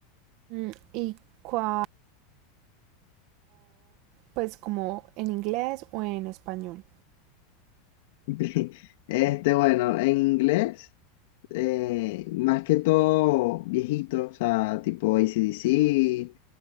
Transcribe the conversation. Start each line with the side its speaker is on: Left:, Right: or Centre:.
Right: Mm, Y cuál, pues como en inglés o en español.
Left: <laughs> Este, bueno, en inglés, eh, más que todo viejito, o sea, tipo AC/DC,